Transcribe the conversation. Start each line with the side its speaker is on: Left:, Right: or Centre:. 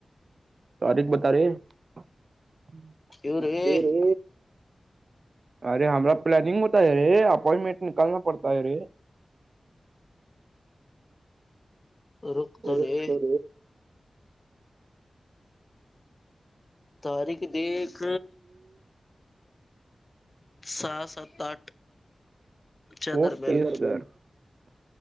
Right: तारीख बता र तरे
Left: येऊ रे
Right: अरे हमरा प्लनिंग होताय अ रे अपॉइंटमेंट निकलना पडताय अ रे
Left: रुखतो
Right: रुक
Left: रे
Right: तो
Left: तारीख देख सहा सात आठ च्या
Right: ओके
Left: दरम्यान
Right: सर